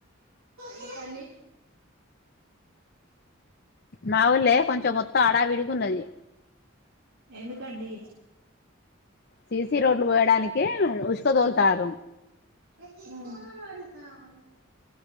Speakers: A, on the right; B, on the left.
A: చెప్పండి
B: మావుల్లే కొంచెం మోతే హడావిడిగున్నది
A: ఎందుకండి
B: సిసి రోడ్లు పోయడానికి ఉష్క తోల్ తారు
A: <unintelligible> కావాలి